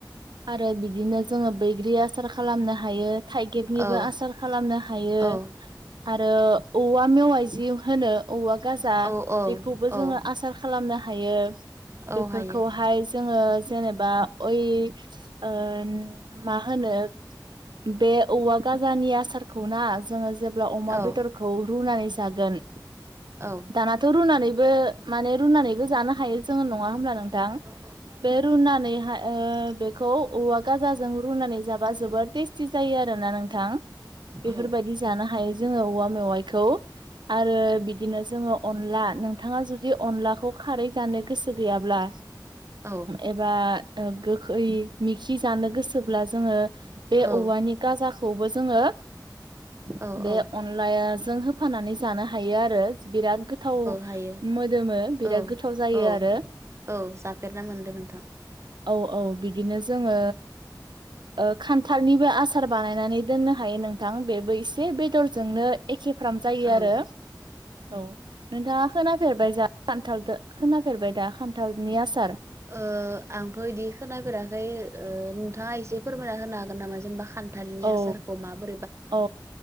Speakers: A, on the right (about 80°); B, on the right (about 35°).
A: आरो बिदिनो जोङो बैग्रि आसार खालामनो हायो। थाइगिरनिबो
B: औ
A: आसार खालामनो हायो।
B: औ
A: आरो औवा मेवाइ जि होनो औवा गाजा
B: औ औ
A: बेखौबो
B: औ
A: जोङो आसार खालामनो हायो।
B: औ
A: बेफोरखौहाय
B: हायो
A: जोङो जेनेबा अइ ओन मा होनो बे औवा गाजानि आसारखौ ना जोङो जेब्ला अमा
B: औ
A: बेदर खौ रुनानै जागोन
B: औ।
A: थाङाथ' रुनानैबो माने रुनानैबो जानो हायो जोङो नङा होमब्ला नों थां।
B: औ जायो
A: बे रुनानैहाय ओ बेखौ औवा गाजाजों रुनानै जाबा जोबोर टेस्टि जायो आरोना नोंथां। बेफोरबायदि
B: औ
A: जानो हायो जोङो औवा मेवाइखौ। आरो बिदिनो जोङो अनला नोंथाङा जुदि अनलाखौ खारै जानो गोसो गैयाब्ला
B: औ
A: एबा ओ गोखै मिखि जानो गोसोब्ला जोङो बे
B: औ
A: औवानि गाजाखौबो जोङो
B: औ
A: बे
B: औ
A: अन लाजों होफानानै जानो हायो आरो। बिराद गोथा थाव
B: हायो
A: मोदोमो बिराद
B: औ
A: गोथाव जायो
B: औ
A: आरो।
B: औ जाफेरना मोनदो नोंथां।
A: औ औ बिदिनो जोङो ओ खान्थालनिबो आस सार बानायनानै दोननो हायो नोंथां। बेबो एसे बेदरजोंनो एखेफ्राम जायो
B: औ
A: आरो औ। नोंथाङा खोनाफेरबाय दा खान्थालदो खोनाफेरबाय दा खान्थालनि आसार?
B: ओ आंथ' बिदि खोनाफेराखै नोंथाङा एसे फोरमायना होनो हागोन नामा? जेनेबा खान नि
A: औ
B: आसारखौ माबो
A: औ